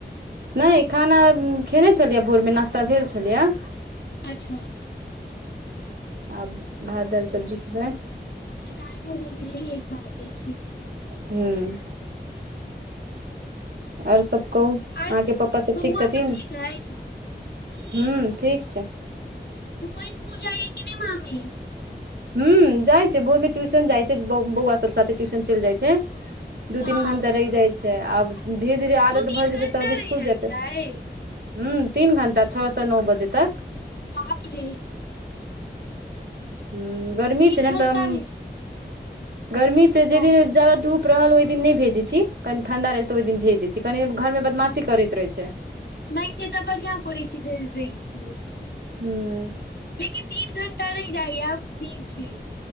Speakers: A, on the right; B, on the left.
A: नहि खाना खेने छलियै भोर में नास्ता भेल छलियै
B: अच्छा
A: आब भात दाल सब्जी खेबै
B: हँ टाइम भ गेले एक बाजय छी
A: हूँ ओर सब कहू
B: आर
A: अहाँके पप्पा सब
B: बौआ
A: ठीक छथिन
B: सब ठीक अछि
A: ह्मँ ठीक छय
B: मुमबइ स्कुल जाइयए कि नय मामी
A: ह जाइ छै भोर मे ट्यूशन जाइ छै बौआ सब साथे ट्यूशन चैल जाइ छै दू
B: हँ
A: तीन घं्टा रहि जाइ छै आब धीरे धीरे आदत
B: दू तीन
A: भऽ जेतै
B: घंटा
A: तब स्सकुल
B: रहि जाइ
A: जेतै
B: छै
A: ह तीन घण्टा छओ से नओ बजे तक
B: बापरे
A: ह गर्मी
B: तीन
A: छै ने
B: घंटा
A: तऽ
B: रहि
A: गर्मी छै जेहि
B: हँ
A: दिन ज्यादा धूप रहल ओहि दिन नहि भेजै छी कनि ठण्डा रहै छैऽ ओहि दिन भेज दै छी कनि घरमे बदमाशी करैत रहै छय
B: नहि से तऽ बढ़िआं करै छी भेज दै छिय
A: हूँ
B: लेकिन तीन घण्टा रहि जाइया नीक छय